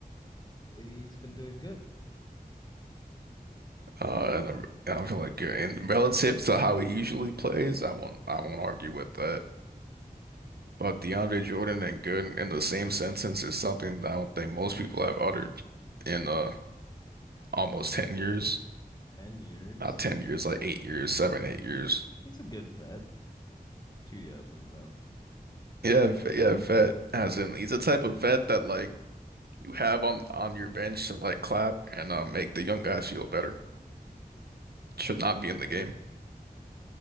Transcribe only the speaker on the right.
Uh, and uh, I feel like uh, in relative to how he usually plays, I won't I won't argue with that. But DeAndre Jordan and Gooden in the same sentence is something that I don't think most people have uttered in uh almost 10 years.
not 10 years, like eight years, seven, eight years.
Yeah, v- yeah, vet. As in, he's the type of vet that like you have on on your bench to like clap and uh, make the young guys feel better. Should not be in the game,